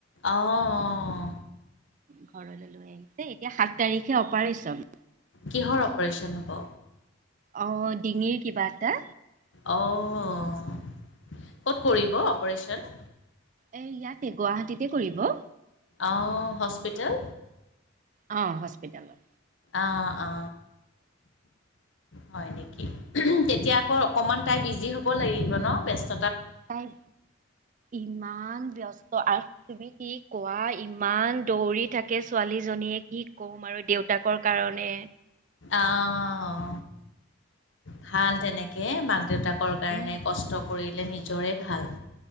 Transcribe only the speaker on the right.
ঘৰলৈ লৈ আহিছে এতিয়া সাত তাৰিখে অপাৰেচন।
অ ডিঙিৰ কিবা এটা।
এ ইয়াতে গুৱাহাটীতে কৰিব।
অ হস্পিতেলত
তাই ইমান ব্যস্ত। ত তুমি কি কোৱা ইমান দৌৰি থাকে ছোৱালীজনীয়ে কি কম আৰু দেউতাক। বৰ কাৰণে।
উম,